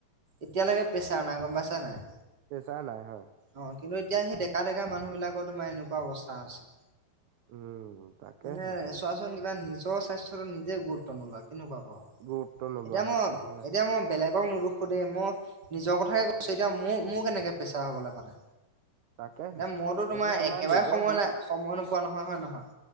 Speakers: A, on the right (about 30°); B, on the right (about 65°).
A: এতিয়ালৈকে পেছাৰ নাই গম পাইছানে নাই
B: পেছাৰ নাই হয়।
A: অ', কিন্তু এতিয়া সেই ডেকা ডেকা মানুহ বিলাকৰ তোমাৰ এনেকুৱা অৱস্থা হৈছে ছে
B: উম, তাকেহে
A: মানে চোৱাচোন কিবা নিজৰ স্বাস্থটোৰ নিজে গুৰুত্ব নলয় কেনেকুৱা <unintelligible>
B: গুৰুত্ব নোলোৱা
A: এতিয়া ম,
B: হৈছে হয়।
A: এতিয়া ম বেলেগক নুদোখো দেই, মই নিজৰ কথাকে কৈছো এতিয়া মোৰ মোৰ কেনেকে প্ৰেছাৰ হবলৈ পালে
B: তাকেহে
A: এতিয়া, মইতো
B: সেইটো
A: তোমাৰ একেবাৰে
B: নিজৰ
A: সময়
B: দুখ
A: নাই সময় ন <unintelligible> <unintelligible> হয় নহয়